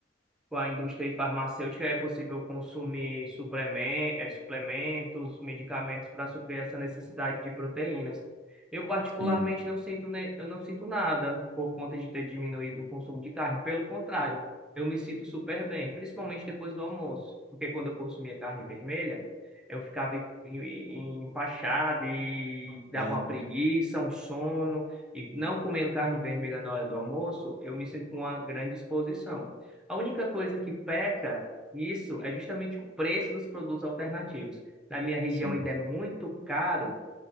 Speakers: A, in the centre; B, on the right.
A: com a indústria farmacêutica é possível consumir suplemen- eh, suplementos, medicamentos para suprir essa necessidade de proteínas. Eu particularmente
B: sim,
A: não sinto, ne- eu não sinto nada por conta de ter diminuído o consumo de carne. Pelo contrário, eu me sinto super bem, principalmente depois do almoço, porque quando eu consumia carne vermelha, eu ficava em- em- empachado e dava
B: sim.
A: uma preguiça, um sono. E não comendo carne vermelha na hora do almoço, eu me sinto com uma grande disposição. A única coisa que peca nisso é justamente o preço dos produtos alternativos. Na minha região
B: Sim.
A: ainda é muito caro